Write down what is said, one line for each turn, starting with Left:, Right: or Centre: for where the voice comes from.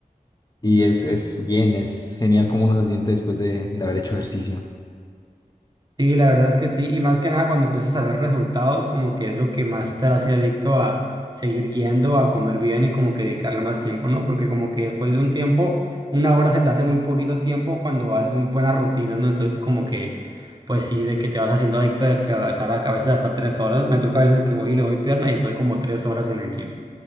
Left: Y es, es bien, es genial cómo uno se siente después de, de haber hecho ejercicio.
Right: Sí, la verdad es que sí, y más que nada cuando empiezas a ver resultados, como que es lo que más te hace adicto a seguir yendo, a comer bien y como que dedicarle más tiempo, ¿no? Porque como que después de un tiempo, una hora se te hace muy poquito tiempo cuando haces un, buenas rutinas, ¿no? Entonces como que, pues sí, de que te vas haciendo adicto de que estar a veces hasta tres horas, me toca a veces que voy y le doy pierna y estoy como tres horas en el gym.